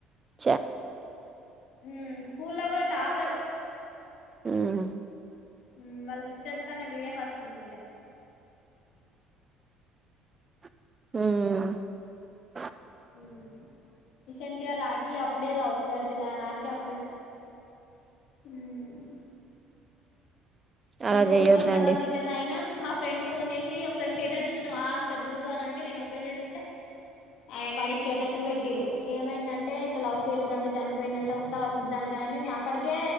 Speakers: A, on the right (about 25°); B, on the left (about 70°).
A: చ
B: ఊ స్కూల్ల గూడా టాపరు.
A: ఊహు
B: ఊ వాళ్ళ సిస్టర్స్ కన్నా వీడే ఫస్ట్ ఉంటుండే.
A: హ్మూ
B: ఊ రీసెంట్గా రాఖీ అప్పుడే గావచ్చు చనిపోయింది ఆ రాఖీ అప్పుడే. ఉమ్మ్
A: అలా
B: మేము
A: చేయొద్దండి
B: ఊరికి వద్దాం అని రిటర్న్ అయినాం మా ఫ్రెండ్ ఫోన్ చేసి ఒకసారి స్టేటస్ చూసినవ ఒకసారి చూడు అని అంట టె నేను ఓపెన్ చేసి చూస్తే ఆ వాడి స్టేటస్లు పెట్టిరు ఏమైంది అని అంటే ఇట్లా లవ్ ఫెల్యూరు అంటే చనిపోయిండు అంటే వస్తవా చూద్దానికనింటే అప్పటికే